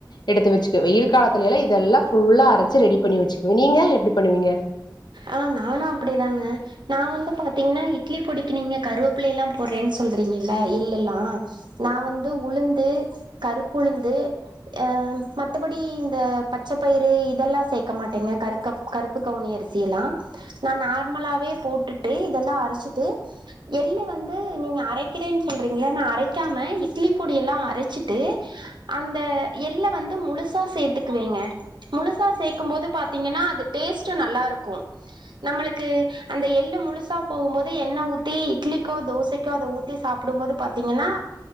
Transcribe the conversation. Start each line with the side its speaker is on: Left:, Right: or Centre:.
Left: எடுத்து வச்சுடுவே வெயில் காலத்துல எல்லாம் இதெல்லாம் ஃபுல்லா அரைச்சு ரெடி பண்ணி வச்சுக்குவே நீங்க எப்புடி பண்ணுவீங்க
Right: ஆஹ் நானும் அப்டிதாங்க நான் வந்து பாத்தீங்கன்னா இட்லி பொடிக்கு நீங்க கருவப்பிள்ளைல்லாம் போடுறேன்னு சொல்றீங்கல்ல இல்லல்லாம் நான் வந்து உளுந்து கருப்பு உளுந்து அஹ் மத்தபடி இந்த பச்சைப்பயிறு இதெல்லாம் சேர்க்க மாட்டேங்க கரு கருப்பு கவு செய்யலாம் நான் நார்மலாவே போட்டுட்டு இதெல்லாம் அரைச்சிட்டு எள்ளு வந்து நீங்க அரைக்கிறேன்னு சொல்றீங்கள நான் அரைக்காம இட்லி பொடிய எல்லாம் அரைச்சிட்டு அந்த எள்ள வந்து முழுசா சேத்துக்குவேங்க முழுசா சேக்கும் போது பாத்தீங்கன்னா அது டேஸ்ட்டும் நல்லா இருக்கு நம்மளுக்கு அந்த எள்ளு முழுசா போகும்போது எண்ணெய் ஊத்தி இட்லிக்கோ தோசைக்கோ அதை ஊத்தி சாப்புடும்போது பாத்தீங்கன்னா